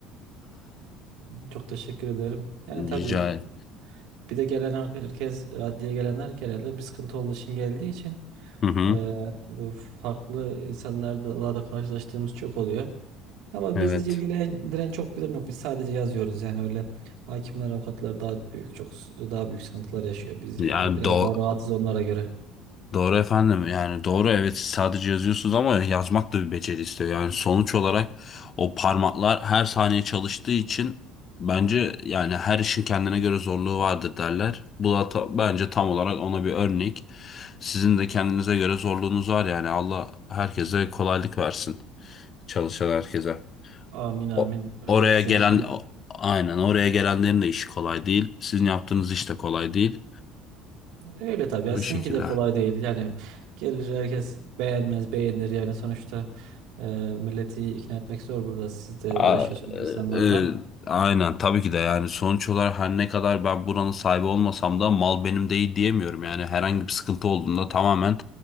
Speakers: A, on the right; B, on the left.
A: Çok teşekkür ederim. Yani tabii
B: Rica ederim.
A: bir de gelen her- herkes, adliye gelenler genelde bir sıkıntı olduğu için geldiği için
B: Hı hı.
A: e, farklı insanlarla da karşılaştığımız çok oluyor. Ama
B: Evet.
A: bizi ilgilendiren çok bir durum yok. Biz sadece yazıyoruz yani öyle hakimler, avukatlar daha büyük çok daha büyük sıkıntılar yaşıyor. Biz
B: Yani
A: e, biraz
B: do
A: daha rahatız onlara göre.
B: Doğru efendim yani doğru evet siz sadece yazıyorsunuz ama yazmak da bir beceri istiyor. Yani sonuç olarak o parmaklar her saniye çalıştığı için bence yani her işin kendine göre zorluğu vardır derler. Bu da ta- bence tam olarak ona bir örnek. Sizin de kendinize göre zorluğunuz var yani Allah herkese kolaylık versin çalışan herkese.
A: Amin amin
B: O, oraya
A: öyle sizin
B: gelen
A: işiniz
B: o- aynen oraya gelenlerin de işi kolay değil. Sizin yaptığınız iş de kolay değil.
A: öyle tabii ya
B: Bu
A: sizinki
B: şekilde.
A: de kolay değil yani gelir herkes beğenmez beğenir yani sonuçta e, milleti ikna etmek zor burada siz de
B: A-
A: uğraşıyorsunuz
B: e,
A: insanlarla.
B: e, aynen tabii ki de yani sonuç olarak her ne kadar ben buranın sahibi olmasam da mal benim değil diyemiyorum. Yani herhangi bir sıkıntı olduğunda tamamen